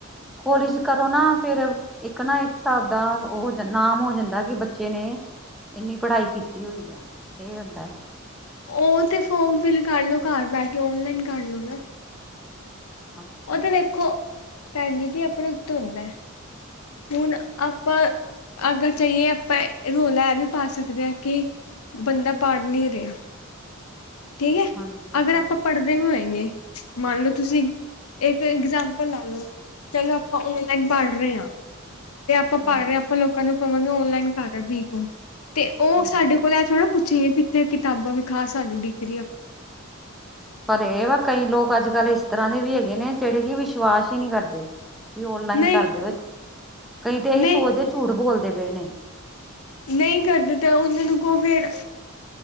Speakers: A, in the centre; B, on the left.
A: ਕੋਲਿਜ ਕਰੋ ਨਾ ਫੇਰ ਇੱਕ ਨਾ ਇੱਕ ਸਾਬ ਉਹ ਨਾਮ ਹੋ ਜਾਂਦਾ ਕਿ ਬੱਚ ਬੱਚੇ ਨੇ ਇੰਨੀ ਪੜ੍ਹਾਈ ਕੀਤੀ ਹੋਈ ਆ। ਇਹ ਹੁੰਦਾ ਏ।
B: ਉਹ ਤੇ ਫੋਰਮ ਫਿਲ ਕਰ ਲੋ ਘਰ ਬਹਿ ਕੇ, ਓਨਲਾਈਨ ਕਰ ਲੋ ਨਾ।
A: ਅੱਛਾ
B: ਉਹ ਤੇੇ ਵੇਖੋ ਭੈਣ ਜੀ- ਜੀ ਆਪਣੇ ਹੱਥ ਹੁੰਦਾ। ਹੁਣ ਆਪਾਂ ਅਗਰ ਜਾਈਏ ਆਪਾਂ ਰੌਲਾ ਇਹ ਵੀ ਪਾ ਸਕਦੇ ਹਾਂ ਕਿ ਬੰਦਾ ਪੜ੍ਹ ਨਹੀ ਰਿਹਾ। ਠੀਕ ਹੈ
A: ਹਾਂਜੀ ਉਹ
B: ਅਗਰ
A: ਤੇ
B: ਆਪਾਂ
A: ਹੈ
B: ਪੜ੍ਹਦੇ ਵੀ ਹੋਏਂਗੇ। ਮੰਨ ਲਓ ਤੁਸੀਂ ਇੱਕ ਇਗਜਾਮਪਲ ਲਾ ਲਓ ਚਲੋ ਆਪਾਂ ਓਨਲਾਈਨ ਪੜ ਰਹੇ ਹਾਂ। ਤੇ ਆਪਾਂ
A: ਹਮ
B: ਪੜ ਰਹੇ ਆਪਾਂ ਲੋਕਾਂ ਨੂੰ ਔਨ ਲਾਈਨ ਕਰ ਬੀਕੋਮ ਤੇ ਉਹ
A: ਹਮ
B: ਸਾਡੇ ਕੋਲ ਐ ਥੋੜ ਪੁਛ ਜਿ ਕਿਥੇ ਕਿਤਾਬਾਂ ਵੀਖਾ ਸਾਨੂੰ ਡਿਗਰੀ ਆਪਣੀ
A: ਪਰ ਇਹ ਵਾ ਕਈ ਲੋਕ ਅੱਜ ਕੱਲ੍ਹ ਇਸ ਤਰ੍ਹਾਂ ਦੇ ਵੀ ਹੈਗੇ ਨੇ ਜਿਹੜੇ ਕਿ ਵਿਸ਼ਵਾਸ ਹੀ ਨਹੀ ਕਰਦੇ। ਵੀ ਔਨਲਾਈਨ
B: ਨਹੀਂ
A: ਕਰਦੇ ਵ ਕਈ ਤੇ ਇਹੀ
B: ਨਹੀਂ
A: ਸੋਚਦੇ ਝੂਠ ਬੋਲਦੇ <unintelligible>
B: ਨਹੀ ਕਰਦੇ ਤਾਂ ਉਹਨਾਂ ਨੂੰ ਕੋ ਫਿਰ